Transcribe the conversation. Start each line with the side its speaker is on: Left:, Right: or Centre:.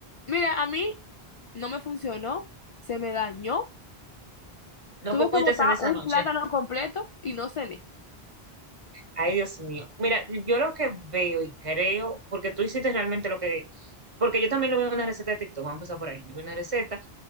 Left: mira, a mí no me funcionó, se me dañó,
Right: No
Left: tuve
Right: pudiste
Left: que botar
Right: en esa
Left: un
Right: noche.
Left: plátano completo y no cené.
Right: Ay, Dios mío. Mira, yo lo que veo y creo, porque tú hiciste realmente lo que, porque yo también lo vi en una receta de TikTok, vamos a empezar por ahí. Yo vi una receta